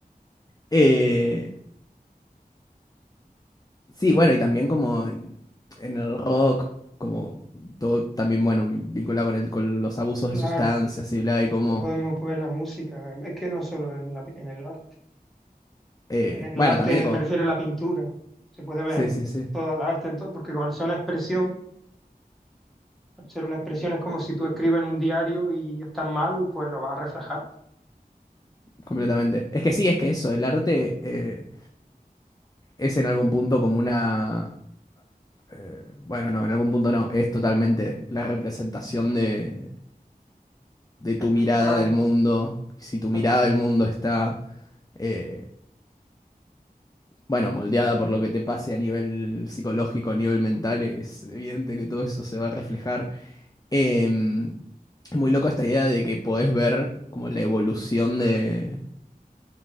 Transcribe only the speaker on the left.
Eh, Sí, bueno, y también como en, en el rock, como todo también, bueno, vi- vinculado con, el, con los abusos
de sustancias y bla, y como,
eh,
bueno,
también como,
sí,
sí, sí,
completamente. Es que sí, es que eso, el arte eh, es en algún punto como una, eh, bueno, no, en algún punto no, es totalmente la representación de, de tu
mirada del mundo. Si tu mirada
del mundo está... eh, bueno, moldeada por lo que te pase a nivel psicológico, a nivel mental, es evidente que todo eso se va a reflejar. Em, es muy loco esta idea de que podés ver como la evolución de,